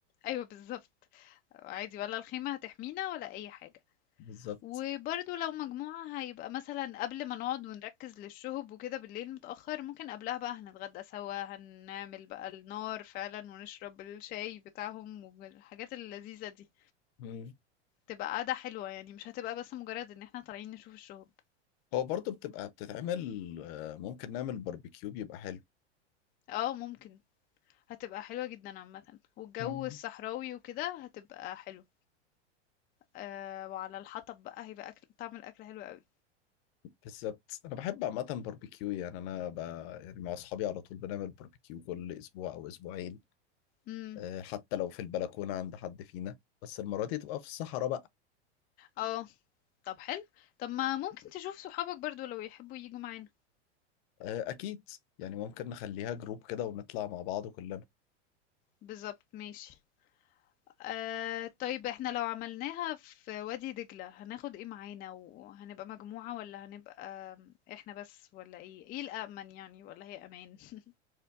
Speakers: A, on the left; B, on the left.
A: ايوه بالظبط عادي ولا الخيمة هتحمينا ولا اي حاجة
B: بالظبط
A: وبرضه لو مجموعة هيبقى مثلًا قبل ما نقعد ونركّز للشُّهب وكده بالليل متأخّر، ممكن قبلها بقى هنتغدّى سوا، هنعمل بقى النار فعلًا ونشرب الشاي بتاعهم والحاجات اللذيذة دي،
B: مم.
A: تبقى قعدة حلوة يعني مش هتبقى بس مجرّد إن إحنا طالعين نشوف الشُّهب.
B: هو برضه بتبقى بتتعمل آه، ممكن نعمل باربيكيو بيبقى حلو
A: آه ممكن، هتبقى حلوة جدًا عامةً والجو
B: مم.
A: الصحراوي وكده هتبقى حلو. آآ وعلى الحطب بقى هيبقى أكل طعم الأكل حلو أوي.
B: بالظبط انا بحب عامه باربيكيو يعني انا ب... يعني مع اصحابي على طول بنعمل باربيكيو كل اسبوع او اسبوعين
A: إمم.
B: آه، حتى لو في البلكونه عند حد فينا بس المره دي تبقى في الصحراء بقى
A: آه. طب حلو، طب ما ممكن تشوف صحابك برضه لو يحبّوا ييجوا معانا.
B: آه، اكيد يعني ممكن نخليها جروب كده ونطلع مع بعض كلنا
A: بالضبط ماشي آه طيب احنا لو عملناها في وادي دجلة هناخد ايه معانا وهنبقى مجموعة ولا هنبقى احنا بس ولا ايه ايه الأأمن يعني ولا هي أمان <laughs>